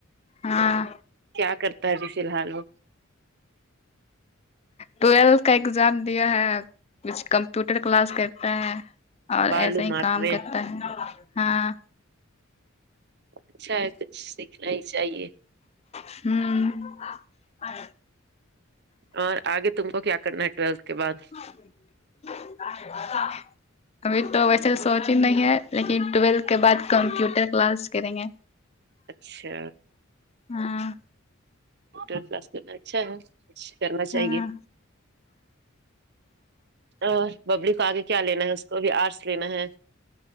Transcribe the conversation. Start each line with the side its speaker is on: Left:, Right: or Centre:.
Left: ہاں
Right: کیا کرتا ہے ابھی فی الحال وہ
Left: ٹویلتھ کا ایگزام دیا ہے کچھ کمپیوٹر کلاس کرتا ہے اور
Right: معلومات
Left: ایسا ہی کام
Right: میں
Left: کرتا ہے ہاں
Right: اچھا ہے کچھ سیکھنا ہی چاہیے
Left: ہمم
Right: اور آگے تم کو کیا کرنا ہے تولتھ کے بعد
Left: <unintelligible> ابھی تو ویسے سوچ ہی نہیں ہے لیکن ٹولتھ کے بعد کمپیوٹر کلاس کریں گے
Right: اچھا
Left: ہاں
Right: ٹر کلاس میں تو اچھا ہے کرنا چاہیے
Left: ہاں
Right: اور ببلو کو آگے کیا لینا ہے اس کو بھی آرٹس لینا ہے